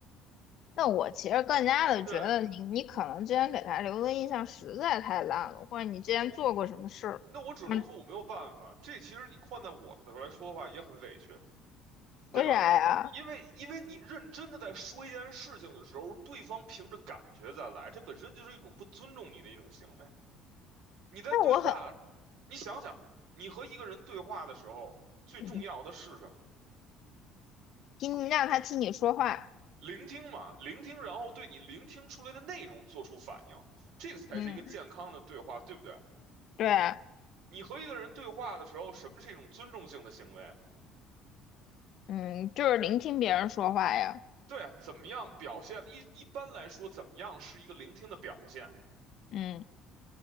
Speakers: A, on the left; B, on the right.
A: 那我其实更加的觉得你，
B: 对，
A: 你可能之前给他留的印象实在太烂了，或者你之前做过什么事儿？
B: 我，那我只能说我没有办法。
A: 嗯，
B: 这其实你换在我的来说的话也很委屈，
A: 为啥呀？
B: 对吧？因为因为你认真的在说一件事情的时候，对方凭着感觉再来，这本身就是一种不尊重你的一种行为。你在对话，
A: 那我很，
B: 你想想，你和一个人对话的时候，最重要的是什么？
A: 嗯，听让他听你说话，
B: 聆听嘛，聆听，然后对你聆听出来的内容做出反应，这个才是一个健康的对话，
A: 嗯，
B: 对不对？
A: 对，
B: 你和一个人对话的时候，什么是一种尊重性的行为？
A: 嗯，就是聆听别人说话呀，
B: 对啊怎么样表现？一一般来说，怎么样是一个聆听的表现？
A: 嗯